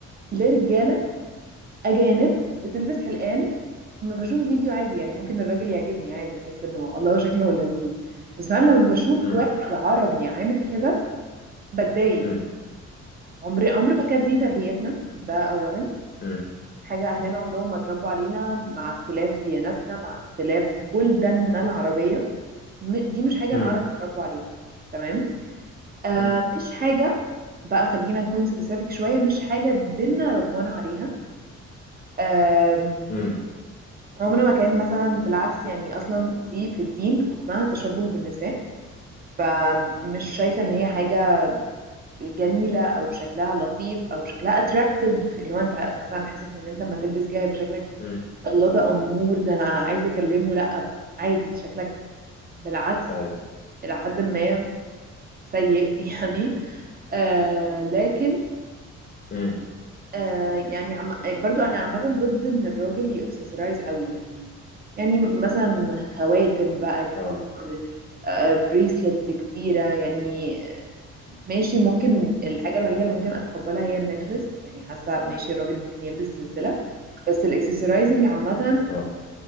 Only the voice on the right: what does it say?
لرجاله اجانب بتلبس حلقان لما بشوف الفيديو عادي يعني ممكن الراجل يعجبني عادي احس انه الله شكله لذيذ بس فعلا لما بشوف
واحد عربي عامل كده بتضايق
يعني عمري عمر ما كانت دي تربيتنا ده اولا
حاجه اهلنا
عمرهم ما اتربوا علينا مع اختلاف دياناتنا مع اختلاف بلداننا العربيه م- دي مش حاجه
العرب اتربوا عليها تمام آه
مش حاجه
بقى خلينا نكون سبيسيفيك شوية مش حاجة دينا ربنا عليها آم،
عمره ما كان مثلا بالعكس يعني أصلا دي في الدين حكمها تشبه بالنساء فمش شايفة إن هي حاجة جميلة أو شكلها لطيف أو شكلها أتراكتيف اللي هو أنت مثلا حاسس إن أنت لما تلبس كده يبقى شكلك
الله ده أمور ده أنا عايزة أكلمه لأ عادي شكلك بالعكس
إلى حد ما سيء <laughs> يعني آه لكن
آه يعني عم... برضو انا عامه ضد ان الراجل يأكسسرايز قوي يعني يعني مثلا خواتم بقى كتير
آه بريسلتس كتيره يعني
ماشي ممكن الحاجه الوحيده اللي ممكن اتقبلها هي النكلس يعني حاسه ماشي الراجل ممكن يلبس سلسله بس الاكسسرايزنج عامه